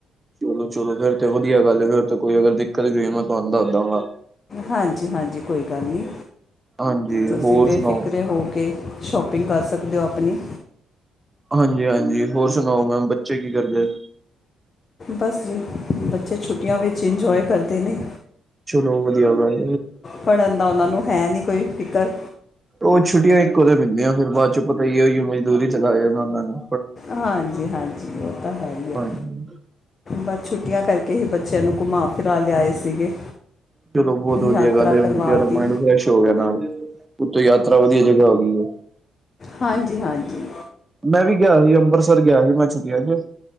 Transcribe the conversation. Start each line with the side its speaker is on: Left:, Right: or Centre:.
Right: ਚਲੋ-ਚਲੋ ਫੇਰ ਤੇ ਵਧੀਆ ਗੱਲ ਫੇਰ ਤੇ ਕੋਈ ਅਗਰ ਦਿੱਕਤ ਵੀ ਮੈਂ ਤੁਹਾਨੂੰ ਦੱਸ ਦਾਂਗਾ
Left: ਹਾਂਜੀ-ਹਾਂਜੀ ਕੋਈ ਗੱਲ ਨਹੀਂ
Right: ਹਾਂਜੀ
Left: ਤੁਸੀਂ
Right: ਹੋਰ
Left: ਬੇਫਿਕਰੇ
Right: ਸੁਣਾਓ
Left: ਹੋ ਕੇ ਸ਼ੋਪਿੰਗ ਕਰ ਸਕਦੇ ਓ ਆਪਣੀ
Right: ਹਾਂਜੀ-ਹਾਂਜੀ ਹੋਰ ਸੁਣਾਓ ਮੈਮ ਬੱਚੇ ਕੀ ਕਰਦੇ
Left: ਬਸ ਜੀ ਬੱਚੇ ਛੁੱਟੀਆਂ ਵਿੱਚ ਇੰਜੋਏ ਕਰਦੇ ਨੇ
Right: ਚਲੋ ਵਦੀਆ ਗਲ
Left: ਪੜ੍ਹਨ ਦਾ ਉਹਨਾਂ ਨੂੰ ਹੈ ਨਹੀਂ ਕੋਈ ਫ਼ਿਕਰ
Right: ਉਹ ਛੁੱਟੀਆਂ ਇੱਕੋ ਦਿਨ ਮਿਲਦੀਆਂ ਫੇਰ ਬਾਦ ਚੋਂ ਪਤਾ ਹੀ ਹੋ ਮਜ਼ਦੂਰੀ ਚ ਲਗ ਜਾਣਾ ਓਹਨਾ ਨੂੰ
Left: ਹਾਂਜੀ-ਹਾਂਜੀ ਉਹ ਤਾਂ ਹੈ ਹੀ ਏ
Right: ਹਾਂਜੀ
Left: ਬਸ ਛੁੱਟੀਆਂ ਕਰਕੇ ਹੀ ਬੱਚਿਆਂ ਨੂੰ ਘੁਮਾ ਫਿਰਾ ਲਿਆਏ ਸੀਗੇ
Right: ਚਲੋ ਬਹੁਤ ਵਧੀਆ
Left: ਯਾਤਰਾ
Right: ਗੱਲ ਏ
Left: ਕਰਵਾਤੀ
Right: ਬੱਚਿਆਂ ਦਾ ਮਾਇੰਡ ਫਰੈਸ਼ ਹੋ ਗਿਆ ਨਾਲ ਉਤੋਂ ਯਾਤਰਾ ਵਧੀਆ ਜਗ੍ਹਾ ਹੋ ਗਈ ਏ
Left: ਹਾਂਜੀ-ਹਾਂਜੀ
Right: ਮੈਂ ਵੀ ਗਿਆ ਸੀ ਅੰਮ੍ਰਿਤਸਰ ਗਿਆ ਸੀ ਮੈਂ ਛੁਟੀਆਂ ਚ